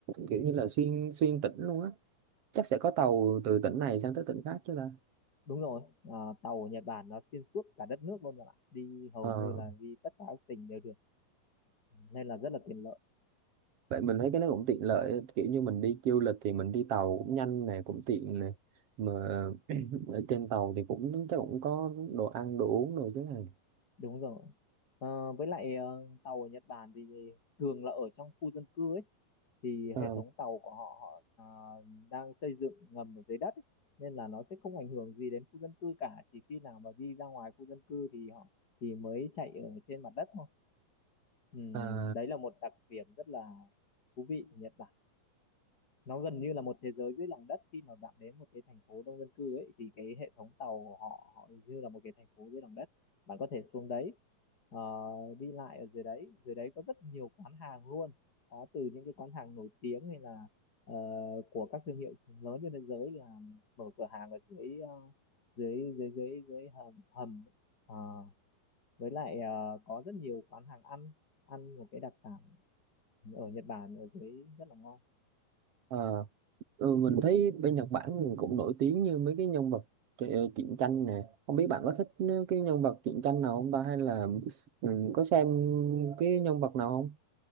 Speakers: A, on the right (about 50°); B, on the left (about 25°).
A: kiểu như là xuyên xuyên tỉnh luôn á chắc sẽ có tàu từ tỉnh này sang tới tỉnh khác chứ ta
B: đúng rồi ờ, tàu ở Nhật Bản nó xuyên suốt cả đất nước luôn bạn ạ đi hầu
A: Ờ.
B: như là đi tất cả các tỉnh đều được nên là rất là tiện lợi
A: Vậy mình thấy cái nó cũng tiện lợi kiểu như mình đi du lịch thì mình đi tàu cũng nhanh này cũng tiện này mà ở trên tàu thì cũng chắc cũng có đồ ăn đồ uống rồi chứ này
B: đúng rồi Ờ, với lại ờ, tàu ở Nhật Bản thì thường là ở trong khu dân cư ấy thì
A: à,
B: hệ thống tàu của họ họ ờ, đang xây dựng ngầm ở dưới đất ấy. Nên là nó sẽ không ảnh hưởng gì đến khu dân cư cả chỉ khi nào mà đi ra ngoài khu dân cư thì họ thì mới chạy ở trên mặt đất thôi Ừm,
A: à,
B: đấy là một đặc điểm rất là thú vị của Nhật Bản nó gần như là một thế giới dưới lòng đất khi mà bạn đến một cái thành phố đông dân cư ấy thì cái hệ thống tàu của họ họ như là một cái thành phố dưới lòng đất bạn có thể xuống đấy ờ, đi lại ở dưới đấy dưới đấy có rất nhiều quán hàng luôn có từ những cái quán hàng nổi tiếng hay là ờ, của các thương hiệu lớn trên thế giới là mở cửa hàng ở dưới ờ, dưới dưới dưới dưới hầm hầm ấy. Ờ, với lại ờ, có rất nhiều quán hàng ăn ăn một cái đặc sản ở Nhật Bản ở dưới rất là ngon
A: à, ừ, mình thấy bên Nhật Bản thì cũng nổi tiếng như mấy cái nhân vật tr- truyện tranh nè không biết bạn có thích cái nhân vật truyện tranh nào không ta hay là ừ, có xem cái nhân vật nào không